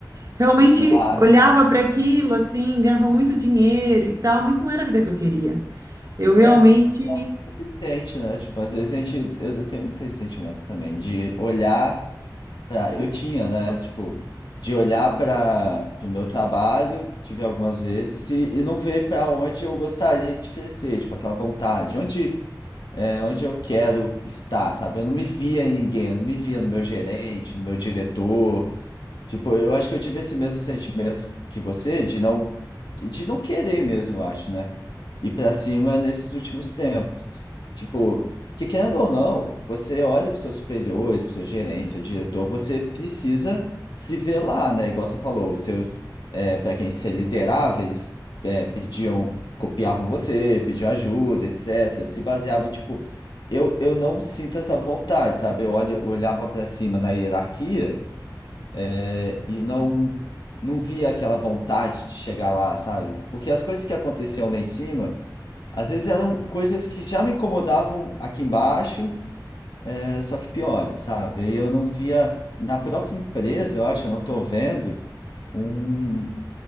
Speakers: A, on the right; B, on the left.
A: Realmente
B: Numa área.
A: olhava para aquilo assim, ganhava muito dinheiro e tal, mas não era a vida que eu queria. Eu realmente
B: É, às vezes não é o suficiente, né? Tipo, às vezes a gente. Eu, eu tenho muito esse sentimento também, de olhar. pra- eu tinha, né? Tipo, de olhar para o meu trabalho, tive algumas vezes, e, e não ver para onde eu gostaria de crescer, tipo, aquela vontade, onde, é, onde eu quero estar, sabe? Eu não me via em ninguém, eu não me via no meu gerente, no meu diretor. Tipo, eu acho que eu tive esse mesmo sentimento que você de não de não querer mesmo, eu acho, né? Ir pra cima nesses últimos tempos. Tipo, que querendo ou não, você olha para seus superiores, para seu gerente, seu diretor, você precisa se ver lá, né? Igual você falou, os seus para quem você liderava, eles é, pediam, copiavam você, pediam ajuda, etc. Se baseava, tipo, eu, eu não sinto essa vontade, sabe? Eu olho, eu olhava para cima na hierarquia é, e não não via aquela vontade de chegar lá, sabe? Porque as coisas que aconteciam lá em cima, às vezes eram coisas que já me incomodavam aqui embaixo, é, só que piores, sabe? E eu não via na própria empresa, eu acho, eu não estou vendo um,